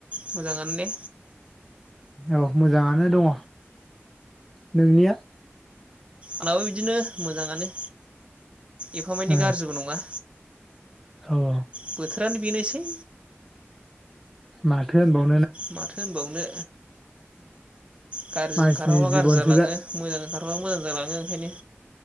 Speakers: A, on the right; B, in the centre.
A: मोजाङानो दे
B: औ मोजाङा नो दङ नोंनिया
A: आंनाबो बिदिनो मोजाङानो एफामाने
B: औ
A: गाज्रिबो नङा
B: औ
A: बोथोरानो बेनोसै
B: माथो होनबाव
A: माथो होनबावनो गाज्रिजों
B: मानसिनि
A: ओंखारबा गाज्रि
B: जिबनसो
A: जालाङो
B: जा
A: मोजां ओंखारबा मोजां जालाङो ओंखायनो